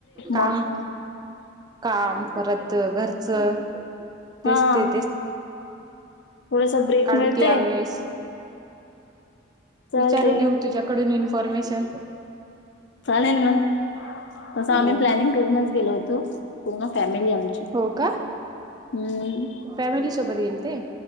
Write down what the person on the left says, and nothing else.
मग
हा
ते ब्रेक
मिळते.
चालते
चालेन ना. तसं आम्ही
प्लॅनिंग करूनच गेलो होतो पूर्ण फॅमिली आमची.
हम्म.